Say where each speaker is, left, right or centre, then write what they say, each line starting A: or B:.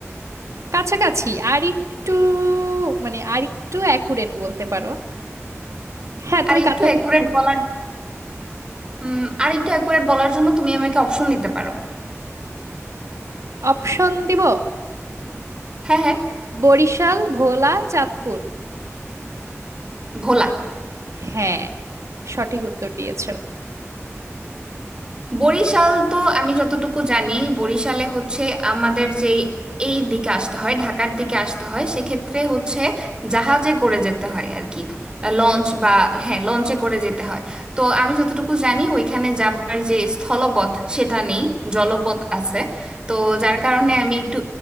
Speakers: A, on the right (about 75°); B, on the right (about 20°).
A: কাছাকাছি আর একটু মানে আর একটু অ্যাকুরেট বলতে পারো হ্যাঁ তুমি
B: আর একটু
A: কাছাকাছি
B: অ্যাকুরেট বলার উম, আর একটু অ্যাকুরেট বলার জন্য তুমি আমাকে অপশন দিতে পারো
A: অপশন দিব
B: হ্যাঁ হ্যাঁ
A: বরিশাল ভোলা চাঁদপুর
B: ভোলা
A: হ্যাঁ সঠিক উত্তর দিয়েছো
B: বরিশাল তো আমি যতটুকু জানি বরিশালে হচ্ছে আমাদের যে এই দিকে আসতে হয় ঢাকার দিকে আসতে হয় সেক্ষেত্রে হচ্ছে জাহাজে করে যেতে হয় আর কি লঞ্চ বা হ্যাঁ লঞ্চে করে যেতে হয় তো আমি যতটুকু জানি ওইখানে যাবার যে স্থলপথ সেটা নেই জলপথ আছে তো যার কারণে আমি একটু